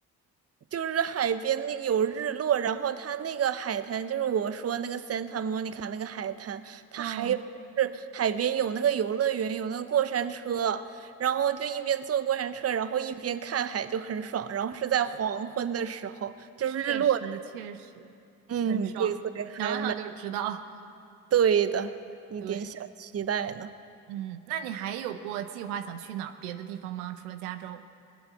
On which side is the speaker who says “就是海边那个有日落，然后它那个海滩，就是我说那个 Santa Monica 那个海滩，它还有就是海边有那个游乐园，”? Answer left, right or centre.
Right